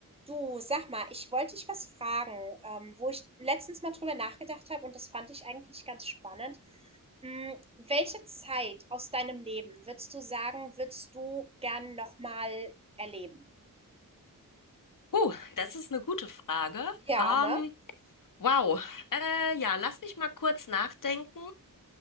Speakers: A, on the right (about 15°); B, on the left (about 70°).
A: Du, sag mal, ich wollte dich was fragen, ähm, wo ich letztens mal drüber nachgedacht habe und das fand ich eigentlich ganz spannend. Mm, welche Zeit aus deinem Leben würdest du sagen, würdest du gern nochmal erleben?
B: Uh, das ist eine gute Frage.
A: Ja,
B: Ähm,
A: ne?
B: wow. Äh, ja, lass mich mal kurz nachdenken,